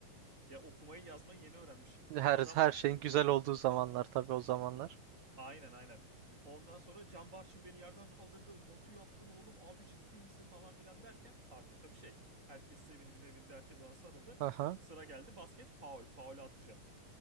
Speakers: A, on the right; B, on the right.
A: Ya okumayı yazmayı yeni öğrenmişim.
B: Her
A: Adam
B: her
A: ma-
B: şeyin güzel olduğu zamanlar tabii o zamanlar.
A: aynen aynen. Ondan sonra Can Barçın beni yerden kaldırdı. Batu yaptın oğlum abi ciddi misin falan filan derken artık tabii şey herkes sevindi mevindi herkes bana sarıldı.
B: Aha.
A: Sıra geldi basket faul faul atacağım.